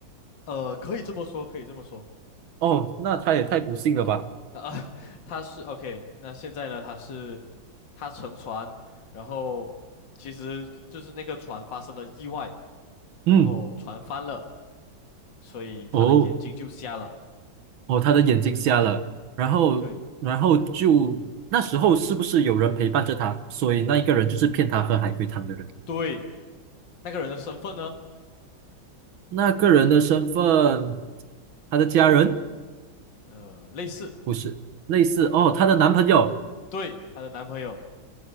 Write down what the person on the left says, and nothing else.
呃，可以这么说，可以这么说。
啊，<laughs> 他是 OK，那现在呢？他是他乘船，然后其实就是那个船发生了意外，然后船翻了，
所以他的眼睛就瞎了。
对，
对，那个人的身份呢？
呃，类似，
对，她的男朋友。